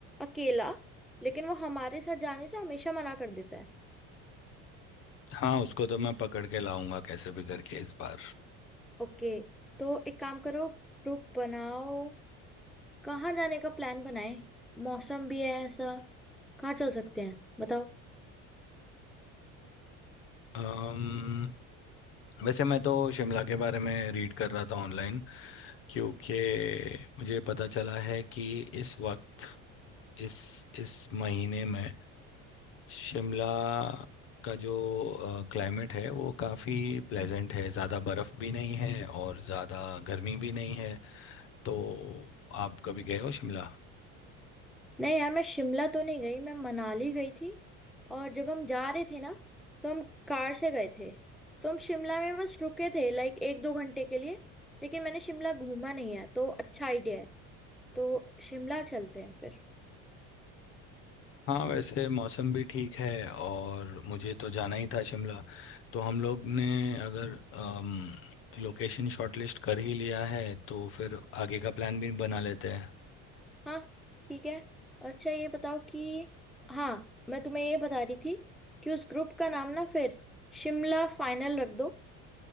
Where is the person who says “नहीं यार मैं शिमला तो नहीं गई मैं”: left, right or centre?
Centre